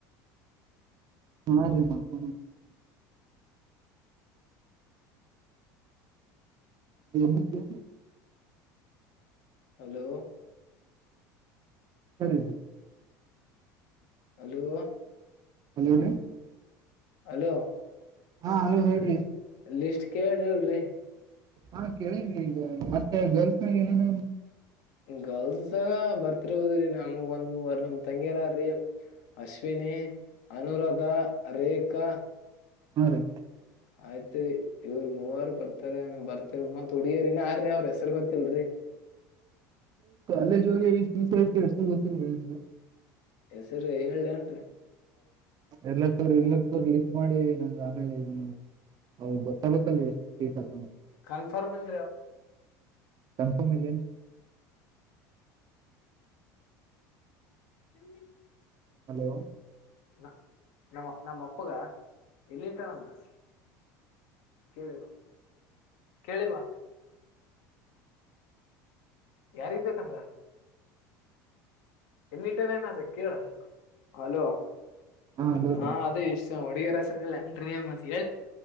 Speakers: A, on the right; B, on the left.
A: <unintelligible> <inaudible>
B: ಹಲೋ
A: ಸರಿ ರಿ
B: ಹಲೋ
A: ಹಲೋ ರಿ
B: ಹಲೋ
A: ಹಾ ಹಲೋ ಹೇಳ್ರಿ
B: ಲಿಸ್ಟ್ ಕೇಳ್ರಿಲ್ರರಿ
A: ಹಾ ಕೇಳಿನ್ರಿ ಈಗ ಮತ್ತೆ ಗರ್ಲ್ಸ್ನಾಗ ಏನು <unintelligible>
B: ಗರ್ಲ್ಸ್ ಸಾಗ ಬರ್ತಿರ್ಬೋದ್ರೀ ನಮಗ ಒಂದ್ ಮೂವರ್ <unintelligible> ತಂಗಿರಾರಿ ಅಶ್ವಿನಿ ಅನುರಾಧ ರೇಖಾ
A: ಹುಂ ರೀ
B: ಆಯಿತಿವಿ ಇವರು ಮೂವಾರ್ ಬರ್ತಾರ ಬರ್ತಿರ್ ಮತ್ ರಿ ಇನ್ಯಾರ್ರಿ ಅವ್ರ ಹೆಸರು ಗೊತ್ತಲ್ರಿ
A: <unintelligible>
B: ಹೆಸರಿ ಹೇಳ ಹೇಳಲ್ರಿ
A: ಎಲ್ಲಕ್ಕೋ ಎಲ್ಲಕ್ಕ ತೋರ ಲಿಸ್ಟ್ ಮಾಡಿ ನಂಗ ಆಮೇಲೆ ಇದ್ ಮಾಡು ಅವಾಗ್ ತಕೋತಿನಿ ಎಷ್ಟ್ ಸೀಟ್ ಆಯ್ತಾತ್
B: ಕನ್ಫರ್ಮ್ ಇಲ್
A: ಕನ್ಫರ್ಮ್ ಇಲ್ಲೆ
B: ಹ
A: ಹಲೋ
B: ನ ನಮ್ಮ ನಮ್ಮ ಅಪ್ಪಗ ವಿಲೇಕಾನಂದ ದಾಸ್ ಕೇಳಿಿವ ಕೇಳಿಿವ ಯಾರ್ದಂತ ಎಲ್ಲಿಟ್ಟನೆ ಸೆ ಕ ಹಲೋ
A: ಹಾ ಹಲೋ
B: ಹ
A: ರೀ
B: ಅದೇ ಹೊಡಗರ ಹಸರಲ್ಲ ಮತ್ತೆ